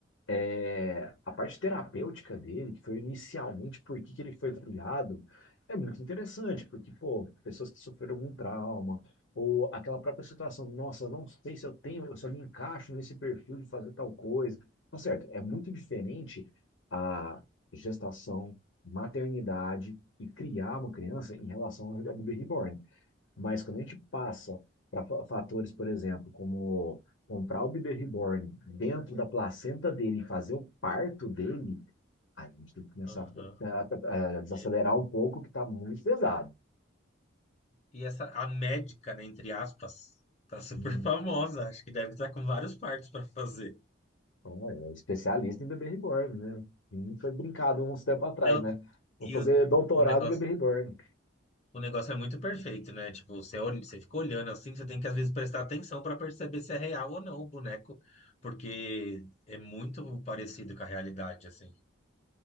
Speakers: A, on the left; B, on the left.
A: é, a parte terapêutica dele, que foi inicialmente por que que ele foi criado, é muito interessante, porque, pô, pessoas que sofreram algum trauma, ou aquela própria situação, nossa, eu não sei se eu tenho, se eu me encaixo nesse perfil de fazer tal coisa. Tá certo, é muito diferente a gestação, maternidade e criar uma criança em relação ao Baby Reborn. Mas quando a gente passa para fatores, por exemplo, como comprar o bebê reborn dentro da placenta dele e fazer o parto dele, aí a gente tem que começar
B: Aham.
A: a, a- a desacelerar
B: É,
A: um pouco, que está muito pesado.
B: E essa, a médica, né, entre aspas, tá super
A: Hum,
B: famosa. Acho que deve estar com vários partos para fazer.
A: Então, é é especialista em bebê reborn, né? E foi brincado uns tempos atrás,
B: Não,
A: né? Vou
B: e
A: fazer
B: o,
A: doutorado
B: o negócio,
A: em bebê reborn.
B: o negócio é muito perfeito, né? Tipo, você olha, você fica olhando assim, você tem que às vezes prestar atenção para perceber se é real ou não o boneco, porque é muito parecido com a realidade, assim.